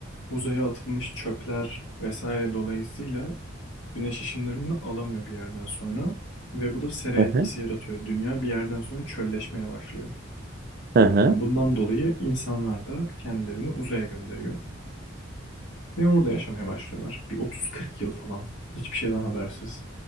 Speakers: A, on the left; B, on the right.
A: uzaya atılmış çöpler vesaire dolayısıyla güneş ışınlarını alamıyor bir yerden sonra ve bu da sera
B: Hı
A: etkisi
B: hı
A: yaratıyor. Dünya bir yerden sonra çölleşmeye başlıyor.
B: hı
A: Yani bundan dolayı insanlar da kendilerini uzaya gönderiyor ve orada yaşamaya başlıyorlar. Bir 30-40 yıl falan hiçbir şeyden habersiz.